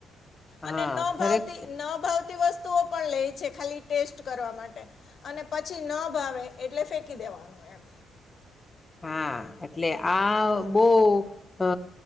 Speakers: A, on the left (about 25°); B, on the left (about 55°).
A: હા
B: અને ન
A: ખરેખર
B: ભાવતી ન ભાવતી વસ્તુ વસ્તુઓ પણ લે છે ખાલી ટેસ્ટ કરવા માટે અને પછી ન ભાવે એટલે ફેંકી દેવાનું એમ.
A: હા એટલે આ બહ અ